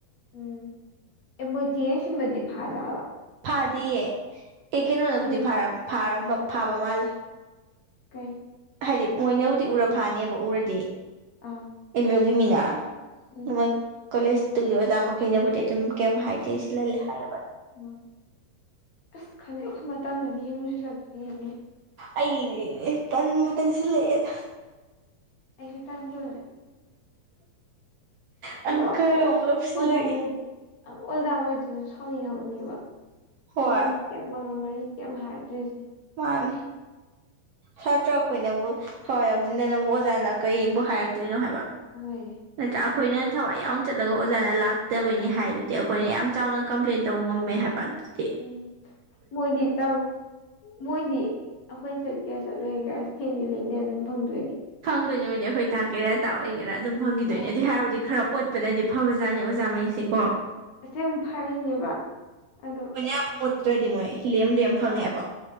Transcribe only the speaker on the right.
ꯐꯥꯗꯤꯦꯌꯦ ꯑꯦ ꯀꯩꯅꯣꯅꯕꯨꯗꯤ
ꯐꯥꯔꯝꯕ ꯐꯥꯕ ꯃꯥꯂꯦ
ꯍꯥꯏꯗꯤ ꯃꯣꯏꯅꯕꯨꯗꯤ ꯎꯔ ꯐꯥꯅꯦꯕ ꯎꯔꯗꯤ
ꯑꯦꯝꯒꯤ ꯃ
ꯅꯃꯥꯏ ꯀꯣꯂꯦꯁꯇꯨꯒꯤ ꯑꯣꯖꯥ ꯃꯈꯩꯅꯕꯨꯗꯤ ꯑꯗꯨꯝ ꯀꯩꯝ ꯍꯥꯏꯗꯦ ꯁꯤꯜꯍꯜꯂꯦ ꯍꯥꯏ
ꯑꯩꯗꯤ ꯇꯟꯕꯨ ꯇꯟꯁꯤꯜꯂꯛꯑꯦꯅ
ꯑꯪꯀꯔ
ꯑꯃꯨꯛ ꯂꯧꯁꯤꯜꯂꯛꯏ
ꯍꯣꯏ
ꯃꯥꯅꯤ ꯁꯥꯇ꯭ꯔ ꯑꯩꯈꯣꯏꯅꯕꯨ ꯊꯋꯥꯏ ꯌꯥꯎꯖꯤꯟꯗꯅꯕꯨ ꯑꯣꯖꯥꯅ ꯀꯔꯤꯕꯨ ꯍꯥꯏꯔꯛꯇꯣꯏꯅꯣ ꯍꯥꯏꯕ
ꯅꯠꯇ꯭ꯔꯥ ꯑꯩꯈꯣꯏꯅ ꯊꯋꯥꯏ ꯌꯥꯎꯅ ꯆꯠꯂꯒ ꯑꯣꯖꯥꯅ ꯂꯥꯛꯇꯕꯩꯅꯤ ꯍꯥꯏꯗꯨꯗꯤ ꯑꯩꯈꯣꯏꯅ ꯌꯥꯝ ꯆꯥꯎꯅ ꯀꯝꯄ꯭ꯂꯦꯟ ꯇꯧ ꯉꯝꯃꯦ ꯍꯥꯏꯕ ꯑꯗꯨ
ꯐꯪꯗꯣꯏꯅꯦ ꯃꯣꯏꯗꯤ ꯑꯩꯈꯣꯏ ꯇꯥꯛꯀꯦꯔꯥ ꯇꯥꯛꯑꯣꯏꯒꯦꯔꯥ ꯑꯗꯨꯝ ꯐꯪꯈꯤꯗꯣꯏꯅꯤ
ꯑꯗꯨ ꯍꯥꯏꯔꯕꯕꯨꯗꯤ ꯈꯔ ꯑꯣꯠ ꯆꯠꯄꯅꯗꯤ ꯐꯕꯖꯥꯠꯅꯤ ꯑꯣꯖꯥꯃꯩꯖꯦ ꯀꯣ
ꯑꯈꯣꯏꯅ ꯌꯥꯝ ꯃꯨꯠꯇ꯭ꯔꯗꯤ ꯃꯣꯏ ꯂꯦꯝ ꯂꯦꯝ ꯐꯪꯉꯦꯕ